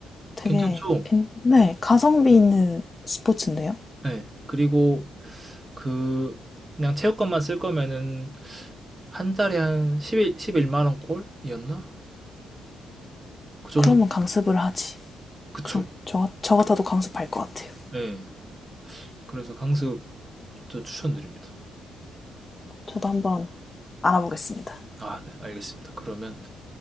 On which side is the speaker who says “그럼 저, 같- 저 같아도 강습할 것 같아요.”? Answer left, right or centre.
Left